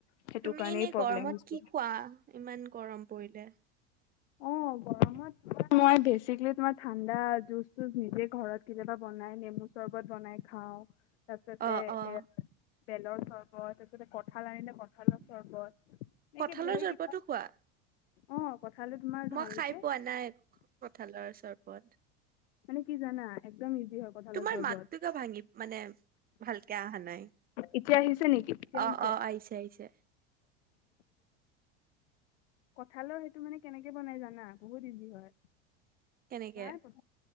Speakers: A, on the left; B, on the right.
A: সেইটো
B: তুমি
A: কাৰণেই
B: এনেই
A: প্ৰব্লেম
B: গৰমত
A: হৈছে
B: কি খোৱা ইমান গৰম পৰিলে।
A: অ গৰমত মই বেচিকেলী তোমাৰ ঠাণ্ডা জুচ চুচ নিজে ঘৰত কেতিয়াবা বনাই নেমু চৰ্বত বনাই খাওঁ। তাৰপাছতে।
B: অ', অ',
A: বেলৰ চৰ্বত তাৰপিছতে কঁঠাল আনিলে কঁঠালৰ চৰ্বত। এনেকে
B: কঁঠালৰ
A: ধেৰ
B: চৰ্বতো
A: কিবা
B: খোৱা।
A: অ। তোমাৰ ভালকে
B: মই খাই পোৱা নাই কঁঠালৰ চৰবত।
A: মানে কি জানা একদম ইজি হয় কাল
B: তোমাৰ
A: চৰ্বত
B: মাতটো কিয় ভাঙি মানে ভালকে অহা নাই।
A: এতিয়া আহিছে নেকি এতিয়া আহিছে্।
B: অ', অ', আহিছে আহিছে।
A: কথালৈ। ইটো মানে কেনেকে বনাই জানা বহুত ইজি হয়।
B: কেনেকে?
A: ভাই প।